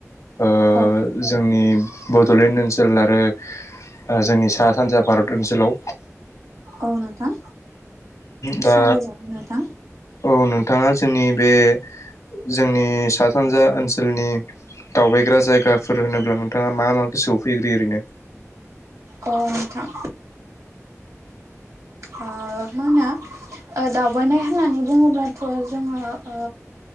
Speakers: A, on the left; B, on the right.
A: ओ
B: औ
A: जोंनि बड'लेण्ड ओनसोल आरो जोंनि सा- सानजा भारत ओनसोलाव
B: औ नोंथां
A: दा
B: सावरायजागोन नोंथां
A: औ नोंथाङा जोंनि बे जोंनि सा सानजा ओनसोलनि दावबायग्रा जायगाफोर होनोब्ला नोंथाङा मा मा गोआवफैग्रोयो ओरैनो
B: अ नोंथां ओ मा होनो ओ दावबायनाय होननानै बुङोब्लाथ' जोङो ओ